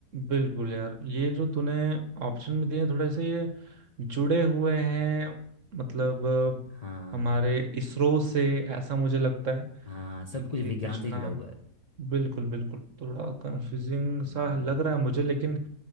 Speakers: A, on the right; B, on the left.
A: बिल्कुल यार ये जो तूने ऑप्शन में दिए हैं, थोड़े से ये जुड़े हुए हैं मतलब अ,
B: हाँ
A: हमारे इसरो से ऐसा मुझे लगता है
B: हाँ सब
A: क्योंकि
B: कुछ विज्ञान
A: कुछ
B: से
A: नाम
B: जुड़ा हुआ है
A: बिल्कुल बिल्कुल थोड़ा कंफ्यूजिंग
B: हम्म,
A: सा लग रहा है मुझे लेकिन